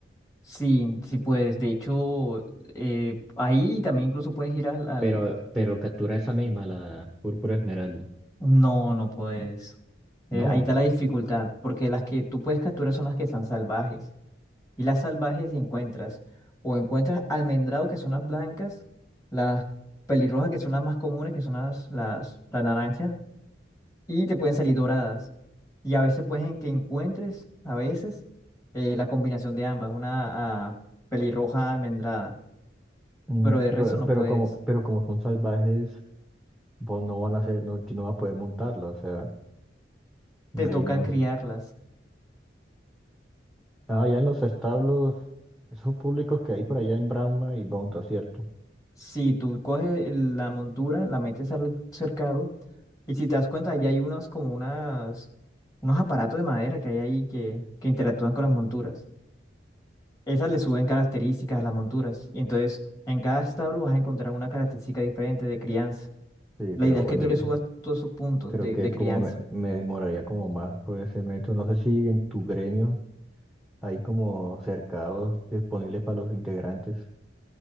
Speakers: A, on the left; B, in the centre.
A: Sí, sí puedes. De hecho, eh, ahí también incluso puedes ir al,
B: pero, pero captura esa misma, la púrpura esmeralda.
A: No, no puedes. Eh,
B: No.
A: ahí está la dificultad, porque las que tú puedes capturar son las que están salvajes. Y las salvajes encuentras, o encuentras almendrado, que son las blancas, las pelirrojas, que son las más comunes, que son las, las, las naranjas, y te pueden salir doradas. Y a veces pueden que encuentres, a veces, eh, la combinación de ambas, una ah, pelirroja almendrada,
B: Mm,
A: pero de resto
B: Pero,
A: no
B: pero
A: puedes.
B: como, pero como son salvajes, vos no van a ser, no, yo no va a poder montarla, o sea,
A: Te
B: ahí
A: toca
B: no,
A: criarlas.
B: Ah, allá en los establos, esos públicos que hay por allá en Brahma y Bonta, ¿cierto?
A: Si tú coges el- la montura, la metes al cercado, y si te das cuenta, ya hay unas como unas, unos aparatos de madera que hay ahí que, que interactúan con las monturas. Esas le suben características a las monturas. Y entonces, en cada establo vas a encontrar una característica diferente de crianza.
B: Sí,
A: La
B: pero
A: idea es
B: bueno,
A: que tú
B: yo
A: le subas
B: sé-
A: todos esos puntos
B: creo
A: de,
B: que
A: de
B: es
A: crianza.
B: como me, me demoraría como más por ese método. No sé si en tu gremio hay como cercados disponibles para los integrantes.